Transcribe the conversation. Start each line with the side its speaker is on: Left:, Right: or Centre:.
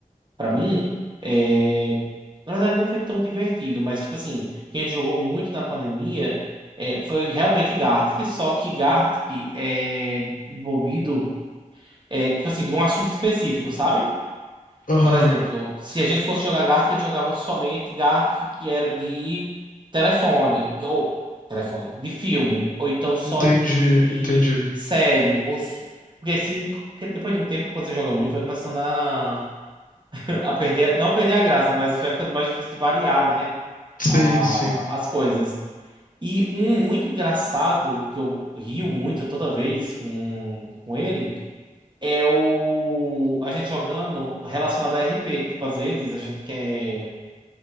Right: pra mim? É, na verdade, não foi tão divertido, mas, tipo assim, que a gente jogou muito na pandemia é, foi realmente Gartic, só que Gartic é envolvido, é, tipo assim, de um assunto específico, sabe?
Left: Aham,
Right: Por exemplo, se a gente fosse jogar Gartic, ele jogava somente Gartic que era de telefone, ou telefone, de filme, ou então só
Left: entendi,
Right: de
Left: entendi.
Right: série, ou s- porque assim, porque depois de um tempo, quando você joga muito, vai começando a, <laughs> a perder, não a perder a graça, mas vai ficando mais difícil de variar, né,
Left: Sim,
Right: a-
Left: sim.
Right: as coisas. E um muito engraçado, que eu rio muito toda vez com, com ele, é o a gente jogando relacionado a RP. Tipo, às vezes a gente quer,